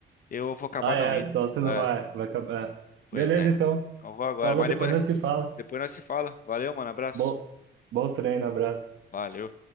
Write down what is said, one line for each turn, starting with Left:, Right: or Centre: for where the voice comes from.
Left: eu vou acabar
Right: Ah,
Left: não
Right: é,
Left: indo.
Right: senão você não
Left: É,
Right: vai, vai acabar.
Left: pois
Right: Beleza,
Left: é.
Right: então.
Left: Então eu vou agora,
Right: Falou,
Left: mas
Right: depois
Left: depois,
Right: nós se fala.
Left: depois nós se fala. Valeu, mano, abraço.
Right: Bom, bom treino, abraço.
Left: Valeu.